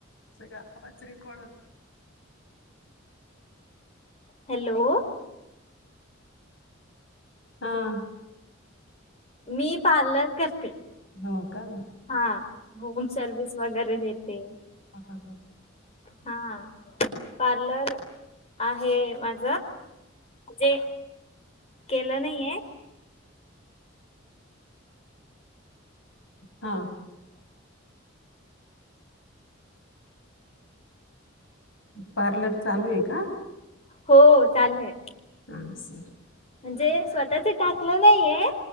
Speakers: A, on the left (about 70°); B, on the left (about 30°).
A: का तरी कोणत?
B: हॅलो.
A: हा.
B: मी पार्लर करते.
A: हो का
B: हा होम सर्विस वगैरे देते.
A: अा हा.
B: हा पार्लर आहे माझ जे केलं नाहीये.
A: हा. पार्लर चालू आहे का?
B: हो चालू आहे.
A: हां सर.
B: म्हणजे स्वतःच टाकलं नाहीये